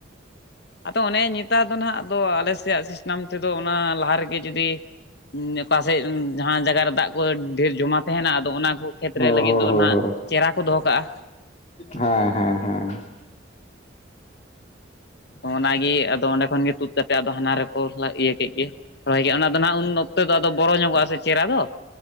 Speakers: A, on the left; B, on the left.
A: ᱟᱫᱚ ᱚᱱᱮ ᱱᱮᱛᱟᱨ ᱫᱚ ᱱᱟᱦᱟᱜ ᱟᱫᱚ ᱟᱞᱮ ᱥᱮᱫᱟᱜ ᱥᱤᱥᱴᱮᱢ ᱛᱮᱫᱚ ᱚᱱᱟ ᱞᱟᱦᱟ ᱨᱮᱜᱮ ᱡᱩᱫᱤ ᱚᱠᱟᱥᱮᱫ ᱡᱟᱦᱟᱸ ᱡᱟᱭᱜᱟ ᱨᱮ ᱫᱟᱜ ᱠᱚ ᱰᱷᱮᱨ ᱡᱚᱢᱟ ᱛᱟᱦᱮᱱᱟ ᱟᱫᱚ ᱚᱱᱟ ᱠᱚ ᱠᱷᱮᱛᱨᱮ
B: ᱦᱳᱭ
A: ᱞᱟᱹᱜᱤᱫ
B: ᱦᱳᱭ
A: ᱫᱚ
B: ᱦᱳᱭ
A: ᱱᱟᱜ
B: ᱦᱳᱭ
A: ᱪᱮᱨᱟ ᱠᱚ ᱫᱚᱦᱚ ᱠᱟᱜᱼᱟ᱾
B: ᱦᱮᱸ ᱦᱮᱸ ᱦᱮᱸ᱾
A: ᱚᱱᱟᱜᱮ ᱟᱫᱚ ᱚᱸᱰᱮ ᱠᱷᱚᱱᱜᱮ ᱛᱩᱫ ᱠᱟᱛᱮᱫ ᱟᱫᱚ ᱦᱟᱱᱟ ᱨᱮᱠᱚ ᱤᱭᱟᱹ ᱠᱮᱫ ᱜᱮ ᱨᱚᱦᱚᱭ ᱠᱮᱫᱼᱟ ᱚᱱᱟ ᱫᱚ ᱦᱟᱸᱜ ᱩᱱᱼᱼ ᱱᱚᱱᱛᱮᱫᱚ ᱟᱫᱚ ᱵᱚᱨᱚ ᱧᱚᱜᱚᱜᱼᱟ ᱥᱮ ᱪᱮᱫ ᱟᱫᱚᱼᱼ